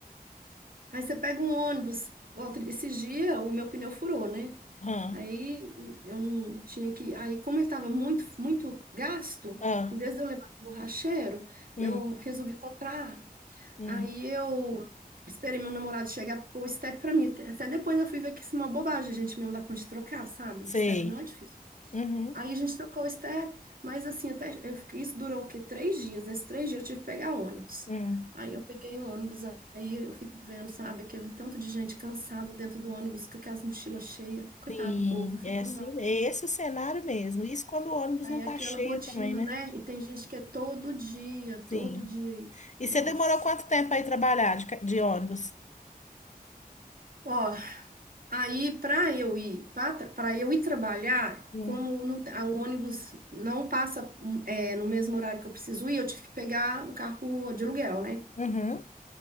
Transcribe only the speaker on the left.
Aham.
Ah,
hum,
hum.
Sei.
Uhum,
uhum.
Sim,
é assim,
é esse o cenário mesmo. Isso quando o ônibus
não
tá
cheio
também, né?
Sim.
E
você demorou quanto tempo aí trabalhar de, ca- de ônibus?
Hum.
Uhum.